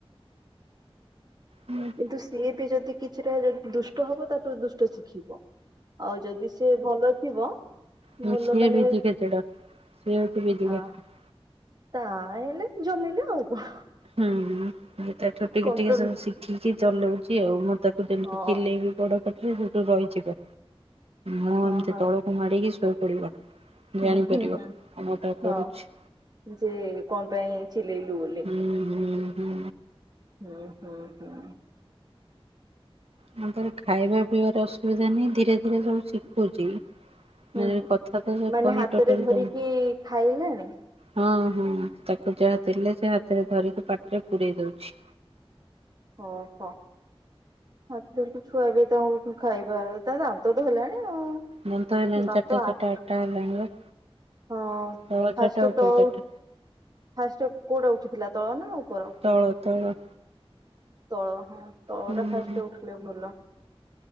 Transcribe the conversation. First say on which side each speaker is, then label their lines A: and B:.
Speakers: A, on the right; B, on the right.
A: ହୁଁ।
B: କିନ୍ତୁ ସିଏ ବି ଯଦି କିଛିଟା ଯଦି ଦୁଷ୍ଟ ହବ ତାଠୁ ଦୁଷ୍ଟ ଶିଖିବ। ଆଉ ଯଦି ସିଏ ଭଲ ଥିବ
A: ହୁଁ
B: ଭଲ
A: ସିଏ
B: ମାନେ
A: ବି ତ ଖେଚେଡ଼, ସିଏ ଅଛି <unintelligible>
B: ଆ ତାହେଲେ ଜମିଲା ଆଉ। କଣ
A: ହୁଁ, ଏ ତାଠାରୁ ଟିକେ
B: କଣ୍ଟ୍ରୋଲ
A: ଟିକେ ସବୁ ଶିଖିକି ଚଲଉଛି ଆଉ, ମ ତାକୁ ଯେମିତି
B: ହଁ
A: ଚିଲେଇବି ବଡ ପାଟିରେ ସେଟୁ ରହିଯିବ, ମୁଁ
B: ହଁ
A: ଏମିତି
B: ହଁ
A: ତଳ ମୁହଁ ମାଡିକି ଶୋଇପଡିବ, ଜାଣିପାରିବ
B: ହୁଁ ହୁଁ ହୁଁ
A: କାମଟା
B: ହଁ
A: କରୁଛି।
B: ଯେ କଣ ପାଇଁ ଚିଲେଇଲୁ ବୋଲି?
A: ହୁଁ, ହୁଁ, ହୁଁ,
B: ହୁଁ, ହୁଁ, ହୁଁ।
A: ଆମ୍ପାଖରେ ଖାଇବା ପିଇବାର ଅସୁବିଧା ନାହିଁ ଧୀରେ ଧୀରେ ସବୁ ଶିଖୁଛି।
B: ହୁଁ
A: ମାନେ ଏଣେ
B: ହୁଁ
A: କଥା ତ ସେ
B: ମାନେ
A: କହି
B: ହାତରେ
A: ଟୋଟାଲି
B: ଧରିକି
A: <unintelligible>
B: ଖାଇଲାଣି
A: ହଁ ହଁ ତାକୁ ଯାହା ଦେଲେ ସେ ହାତରେ ଧରିକି ପାଟିରେ ପୁରେଇ ଦଉଛି।
B: ଓହୋ। ହାତ ଧରିକି ଛୁଆବି ତାଙ୍କଠୁ ଖାଇବା ତା ଦାନ୍ତ ତ ହେଲାଣି ଆଉ।
A: ଦାନ୍ତ ହେଲାଣି
B: ଦାନ୍ତ
A: ଚରିଟା ଚରିଟା
B: ଆଠ
A: ଆଟ୍ଟା ହେଲାଣି ବା।
B: ହଁ
A: ତଳ
B: ଫାଷ୍ଟ
A: ଚାରିଟା ଉପର
B: ତଳ
A: ଚାରିଟା।
B: ଉ, ଫାଷ୍ଟ କୋଉଟା ଉଠିଥିଲା ତଳ ନା ଉପର?
A: ତଳ, ତଳ।
B: ତଳ ହଁ ତଳଟା
A: ହୁଁ
B: ଫାଷ୍ଟ ଉଠିଲେ ଭଲ।